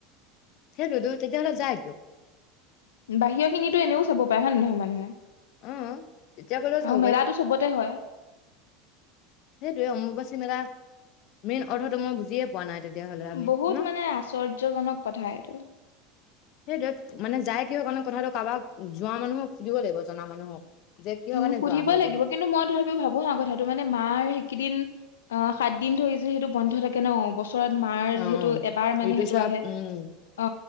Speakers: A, on the left; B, on the left.
A: সেইটোতো তেতিয়াহ'লে যায় কিয়?
B: বাহিৰৰ খিনিতো এনেও চাব পাৰে হয়, নে নহয় মানুহে?
A: উম, এতিয়া গ'লেও
B: আৰু
A: চাব পাৰিম।
B: মেলাটো চবতে হয়।
A: সেইটোৱে অম্বুবাচী মেলা, মেইন অৰ্থটো মই বুজিয়ে পোৱা নাই তেতিয়াহ'লে আমি
B: বহুত
A: ন,
B: মানে <inaudible> কথা এইটো।
A: সেইটোৱে মানে যায় কিহৰ কাৰণে, কথাটো কাৰোবাক যোৱা মানুহক সুধিব লাগিব জনা মানুহক। যে কিহৰ
B: উম,
A: কাৰণে
B: সুধিব
A: যোৱা হয়
B: লাগিব
A: বোলো
B: কিন্তু মই ধৰি ভাবো ন, কথাটো মানে মাৰ সেইকেইদিন অ, সাত দিন ধৰি যে সেইটো বন্ধ থাকে ন, বছৰ ওচৰত মাৰ,
A: অ অ
B: যিহেতু এবাৰ মানে
A: ঋতুস্ৰাৱ
B: সেইটো আহে।
A: উম
B: অ,